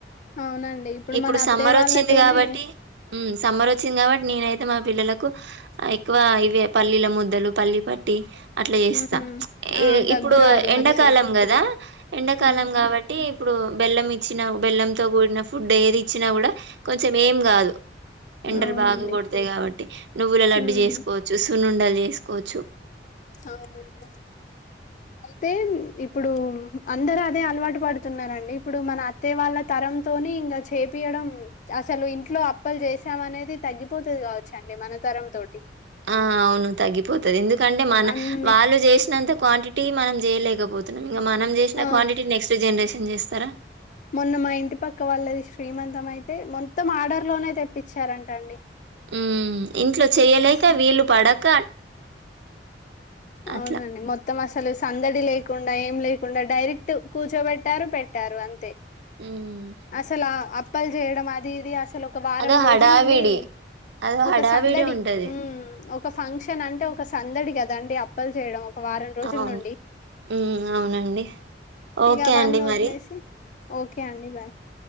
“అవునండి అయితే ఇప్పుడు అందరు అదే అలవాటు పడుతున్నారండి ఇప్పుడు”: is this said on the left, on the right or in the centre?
Left